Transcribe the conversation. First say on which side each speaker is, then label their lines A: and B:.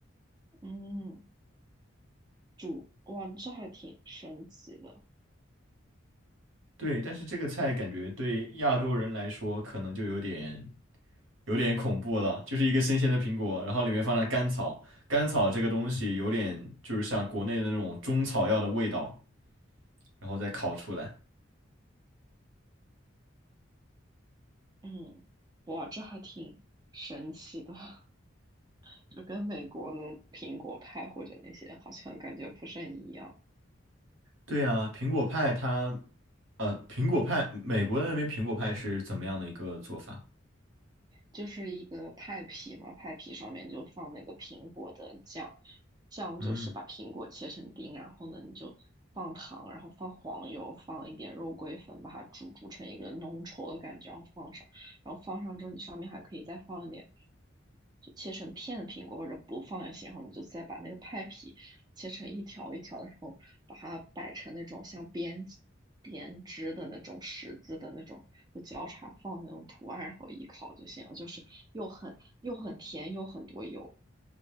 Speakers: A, on the right (about 20°); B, on the right (about 75°).
A: 嗯，煮，哇，这还挺神奇的。
B: 对，但是这个菜感觉对亚洲人来说可能就有点有点恐怖了，就是一个新鲜的苹果，然后里面放了甘草，甘草这个东西有点就是像国内的那种中草药的味道，然后再烤出来。
A: 嗯，哇，这还挺神奇的，<laughs> 这跟美国的苹果派或者那些好像感觉不甚一样。
B: 对啊，苹果派它，呃，苹果派，美国那边苹果派是怎么样的一个做法？
A: 就是一个派皮嘛，派皮上面就放那个苹果的酱，酱就是把苹果切成丁，
B: 嗯，
A: 然后呢你就放糖，然后放黄油，放一点肉桂粉，把它煮煮成一个浓稠的感觉，然后放上，然后放上之后你上面还可以再放一点。就切成片的苹果，或者不放也行。然后你就再把那个派皮切成一条一条的，然后把它摆成那种像编编织的那种十字的那种，就交叉放那种图案，然后一烤就行了。就是又很又很甜，又很多油。